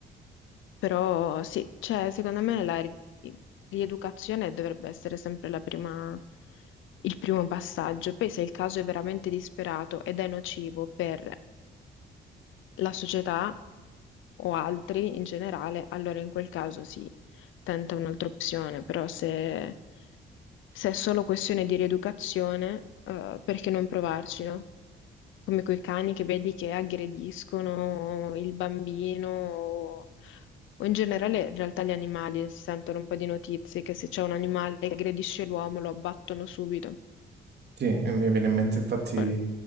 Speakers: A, on the left (about 80°); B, on the right (about 55°).
A: però sì, cioè, secondo me la ri- rieducazione dovrebbe essere sempre la prima- il primo passaggio. Poi se il caso è veramente disperato ed è nocivo per la società o altri in generale, allora in quel caso sì, tenta un'altra opzione, però se, se è solo questione di rieducazione, eh, perché non provarci, no? come quei cani che vedi che aggrediscono il bambino o, o in generale in realtà gli animali si sentono un po' di notizie che se c'è un animale che aggredisce l'uomo lo abbattono subito.
B: Sì, e mi viene in mente infatti
A: Poi